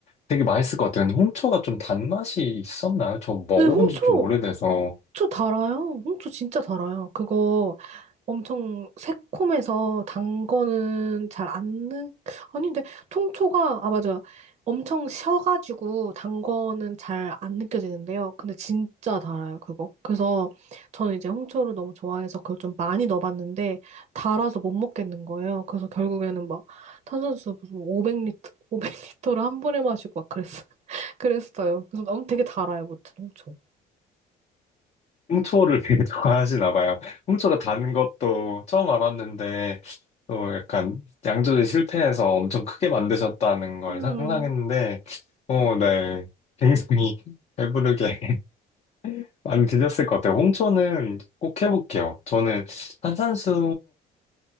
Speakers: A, on the left; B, on the right.
A: 되게 맛있을 것 같아요. 근데 홍초가 좀 단맛이 있었나요? 저 먹어본
B: 근데 홍초,
A: 지 좀 오래돼서.
B: 저 달아요. 음, 저 진짜 달아요. 그거 엄청 새콤해서 단 거는 잘 안 느, 아닌데, 통초가, 아, 맞아. 엄청 셔가지고 단 거는 잘 안 느껴지는데요. 근데 진짜 달아요, 그거. 그래서 저는 이제 홍초를 너무 좋아해서 그걸 좀 많이 넣어봤는데, 달아서 못 먹겠는 거예요. 그래서 결국에는 막 탄산수 무슨 500리터, 500리터를 한 번에 마시고 막 그랬어, <laughs> 그랬어요. 그래서 너무 되게 달아요, 무튼 홍초.
A: 홍초를 되게 <laughs> 좋아하시나 봐요. 홍초가 단 것도 처음 알았는데, 또 약간 양조제 실패해서 엄청 크게 만드셨다는 걸
B: 음.
A: 상상했는데, 어, 네. 굉장히 배부르게 <laughs> 많이 드셨을 것 같아요. 홍초는 꼭 해볼게요. 저는 탄산수에